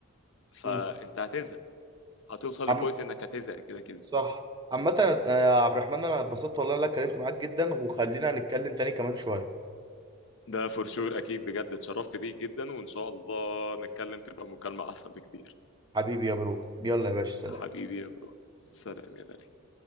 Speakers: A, on the left (about 55°); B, on the right (about 20°).
A: فانت
B: مم.
A: هتزهق هتوصل
B: عم
A: لبوينت انك هتزهق كده كده
B: صح عامة يا عبد الرحمن انا اتبسطت والله إن انا اتكلمت معاك جدا وخلينا نتكلم تاني كمان شوية
A: ده فور شور اكيد بجد اتشرفت بيك جدا وان شاء الله نتكلم تبقى مكالمه احسن بكتير
B: حبيبي يا برو يلا يا باشا سلام
A: حبيبي يا برو سلام يا دلال